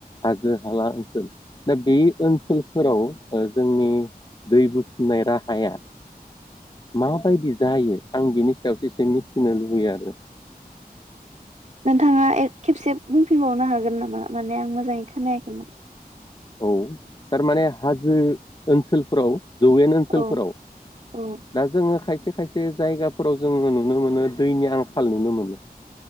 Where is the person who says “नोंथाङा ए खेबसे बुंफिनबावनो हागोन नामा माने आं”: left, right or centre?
Right